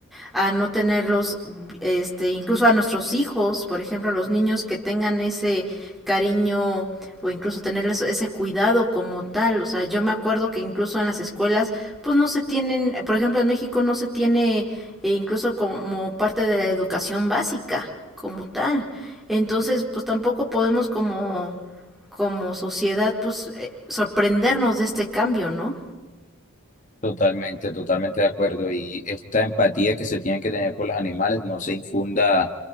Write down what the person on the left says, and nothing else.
Totalmente, totalmente de acuerdo. Y esta empatía que se tiene que tener por los animales no se infunda